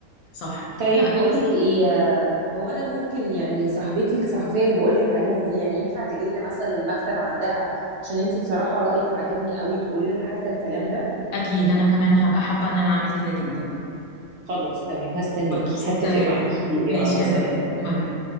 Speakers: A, on the left; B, on the right.
A: صح
B: طيب
A: لا
B: بقول
A: يعني
B: لك ايه هو انا ممكن يعني صاحبتي الصحفيه اللي بقول لك عليها دي يعني ينفع تجي لنا مثلا المكتب عندها عشان انتي بصراحه رايك عجبني قوي تقولي لها حتى الكلام ده
A: اكيد انا كمان هبقى حابة ان انا اعمل كده جدا
B: خلاص تمام هستناكي
A: خلاص
B: هتفق
A: تمام
B: معاكي يلا
A: ماشي يا
B: سلام
A: دنيا باي باي